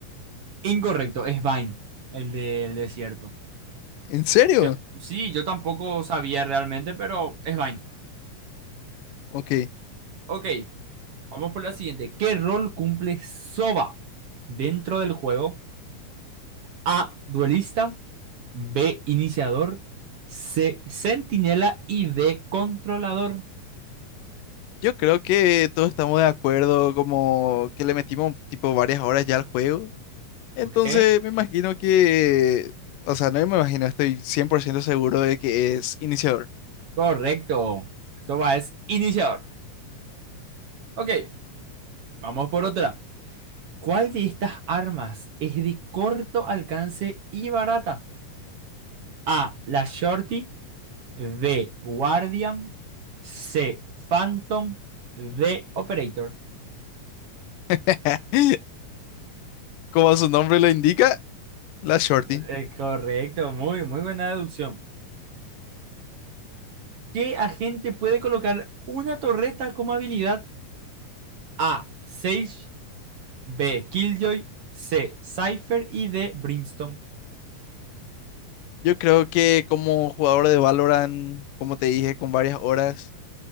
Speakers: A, on the right; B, on the left.
A: Incorrecto, es Vine, el del desierto.
B: ¿En serio?
A: Yo, sí, yo tampoco sabía realmente, pero es Vine.
B: Ok.
A: Ok, vamos por la siguiente. ¿Qué rol cumple Soba dentro del juego? A, duelista, B, iniciador, C, centinela y D, controlador.
B: Yo creo que todos estamos de acuerdo, como que le metimos tipo varias horas ya al juego. Entonces
A: Ok,
B: me imagino que, o sea, no me imagino, estoy 100% seguro de que es iniciador.
A: correcto. Soba es iniciador. Ok, vamos por otra. ¿Cuál de estas armas es de corto alcance y barata? A, la shorty, D. Guardian. C. Phantom. D. Operator.
B: <laughs> Como su nombre lo indica, la Shorty.
A: Eh, correcto, muy, muy buena deducción. ¿Qué agente puede colocar una torreta como habilidad? A. Sage. B. Killjoy. C. Cypher. Y D. Brimstone.
B: Yo creo que como jugador de Valorant, como te dije, con varias horas,